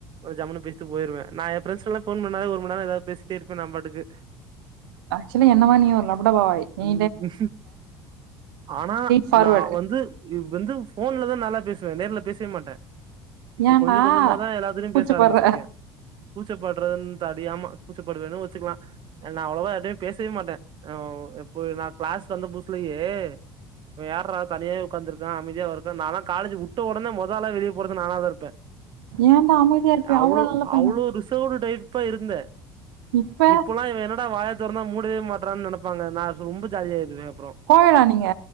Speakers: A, on the right; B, on the right.
A: அ ஜம்மனு பேசிட்டு போய்ருவேன் நா என் ஃபரெஸ்லாம் ஃபோன் பண்ணலே ஒருநேரம் ஏவது பேசிட்ட இருப்பேன் நா பாட்டுக்கு
B: ஆக்சுவலா என்னமா நீ ஒரு லபடா பா வாய் நீ
A: ம் ஆனா
B: ஃபார்வர்டு
A: நான் வந் வந்து வந்து போன்லதான் நல்லா பேசுவன் நேர்ல பேசவே மாட்டேன் இப்போ
B: ஏன்டா
A: கொஞ்சம் கொஞ்சம தான் எல்லாத்டையும்
B: கூச்சப்பட்ற
A: பேச ஆரம்பிச்சிருக்கே கூச்சபரதுனு அறியாம கூச்சப்படுவேணு வச்சுக்கலாம் நான் அவ்ளவ யார்கிடைவும் பேசவே மாட்டேன் இப்பய நான் கிளாஸ் வந்த புதுசலையே இப்ப யார்ரா தனியே உக்காந்துருக்க அமைதியா இருக்க நாலி காலேஜ் உட்ட ஒடனே மொத ஆளா வெளிய போறது நானதா இருப்ப
B: ஏன்டா அமைதியா இருப்பியே
A: அவ்ளோ
B: நல்ல பைய
A: அவ்ளோ ரிசவ்டு டைப் ப இருந்த
B: இப்ப
A: இப்பல்லா இவ என்னடா வாய திறந்தா மூடவே மாட்றான்னு நெனப்பாங்க நா ரொம்ப ஜாலியா இருந்த அப்புறோ
B: கோயடா நீங்க